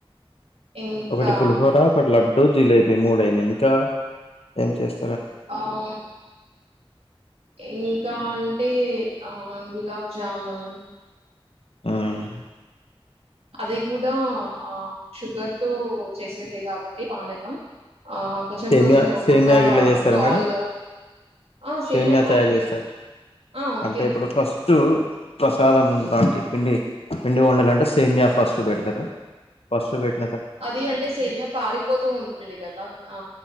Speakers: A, on the right (about 85°); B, on the left (about 80°).
A: ఇంకా
B: ఒకటి పులిహోర ఒకటి లడ్డు జిలేబీ మూడయినయి ఇంకా ఏం చేస్
A: ఆం ఇం ఇంకా అంటే ఆ గులాబ్ జామున్
B: ఉం
A: అది కూడా ఆ షుగర్ తో చేసేదే కాబట్టి పానకం ఆ కొంచెం
B: సేమయా
A: కొంచెం ఒక్కొక్క
B: సేమ్యా ఇట్లా చేస్తారుా
A: బాల్
B: మేడం
A: ఆ సేమియా
B: సేమయా తయారు
A: ఓకే
B: చేస్తారు
A: ఆ ఓకేనండి
B: అంటే ఇప్పుడు ఫస్ట్ ప్రసాదం లాంటి పిండి పిండి వండలంటే సేమ్యా ఫస్ట్ పెడతారు ఫస్ట్ పెట్
A: అది అంటే సేమ్య కారిపోతూ ఉంటుంది కదా ఆ